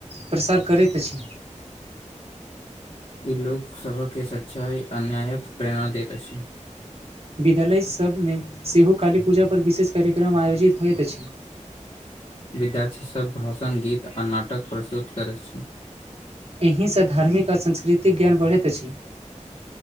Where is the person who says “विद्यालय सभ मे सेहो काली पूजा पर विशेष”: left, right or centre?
Right